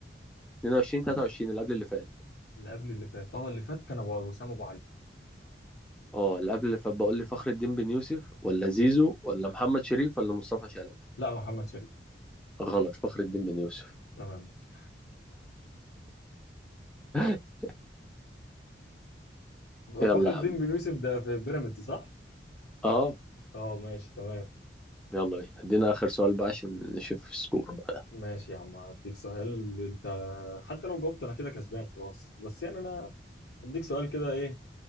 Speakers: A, in the centre; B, on the left (about 80°).
A: 22 23 اللي قبل اللي فات
B: اللي قبل اللي فات اه اللي فات كان ابو وسام ابو علي
A: اه اللي قبل اللي فات بقول لي فخر الدين بن يوسف ولا
B: مم.
A: زيزو ولا محمد شريف ولا مصطفى شلبي
B: لا محمد شلبي
A: غلط فخر الدين بن يوسف
B: تمام ماشي
A: <laughs>
B: <laughs>
A: يلا
B: فخر الدين
A: يا عم.
B: بن يوسف ده في بيراميدز صح؟
A: اه
B: اه ماشي تمام
A: يلا بينا ادينا اخر سؤال بقى عشان نشوف السكور بعدها
B: ماشي يا عم هديك سؤال انت حتى لو جاوبت انا كده كسبان خلاص بس يعني انا هديك سؤال كده ايه